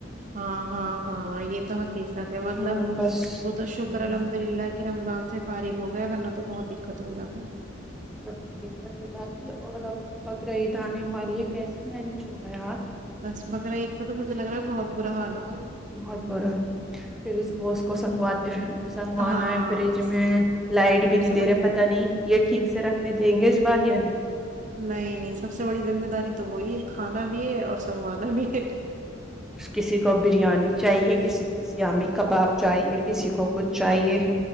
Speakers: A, on the right; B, in the centre.
A: ہاں ہاں ہاں یہ تو ٹھ س ہے مطلب
B: ہوں بس
A: وہ تو شکر
B: ہوں
A: الحمد للہ کی رمضان سے فارغ ہو گئے ا تو بہت دقت ہے ہو جا کے
B: ب دقت ہو جاتی ہے اور اب بکر عید آنے والی ہے کیسے مینج ہو گاار
A: بس مگر ایک تو تو مجھے لگ رہا ہے بہت برا حال ہو
B: بہت برا پھر اس گوشت کو سنگواتے سنگوانا
A: ہاں
B: ہے فریج
A: سب
B: میں لائٹ بھی نہیں
A: سے
B: دے
A: بڑی
B: رہے پتاہ نہیں یہ ٹھیک سے رکھنے دیں گے بارییاانی
A: نہیں نہیں سب سے بڑی ذمہ داری تو وہی ہے کھانا بھی ہے اور سنگوانا بھی ہے
B: کسی کو بریانی چاہیے کسی کو سیامی کباب چاہیے کسی کو کچھ چاہیے